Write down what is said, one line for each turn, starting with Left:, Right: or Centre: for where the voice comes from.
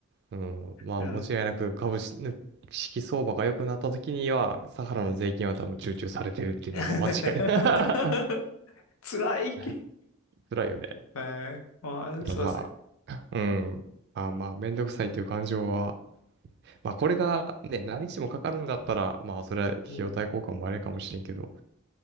Right: うん、まあ、
Left: うん。
Right: 間違いなく株式相場が良くなった時には、サハラの税金は多分集中されてるっていうのは間違いない。
Left: <laughs> 辛い。
Right: <laughs>
Left: <laughs>
Right: 辛いよね。
Left: はい。まあ、
Right: けどまあ、
Left: すいません。
Right: うん。まあまあ、めんどくさいっていう感情は、まあ、これがね、何日もかかるんだったら、まあ、それは費用対効果もあれかもしれんけど、
Left: うん。